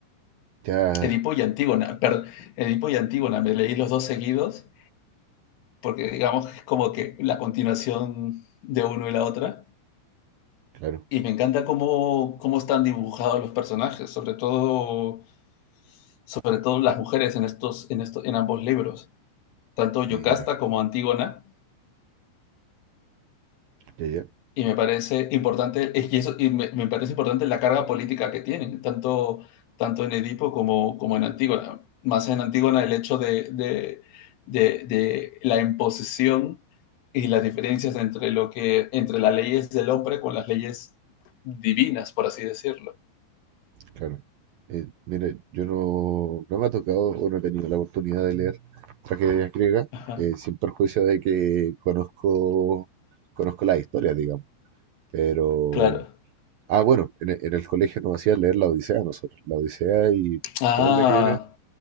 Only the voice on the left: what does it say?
Edipo y Antígona. Perdón, Edipo y Antígona. Me leí los dos seguidos porque, digamos, que es como que la continuación de uno y la otra.
Y me encanta cómo, cómo están dibujados los personajes, sobre todo, sobre todo las mujeres en, estos, en, esto- en ambos libros, tanto Yocasta
como Antígona
Y me parece importante, es que eso, y me, me parece importante la carga política que tienen, tanto, tanto en Edipo como, como en Antígona. Más en Antígona el hecho de, de, de, de la imposición y las diferencias entre, lo que, entre las leyes del hombre con las leyes divinas, por así decirlo.
Ajá,
claro.
Ah,